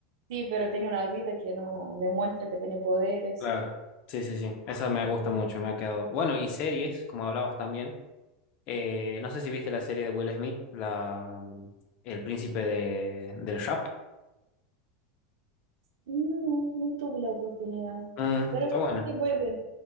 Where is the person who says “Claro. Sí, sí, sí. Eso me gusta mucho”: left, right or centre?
Left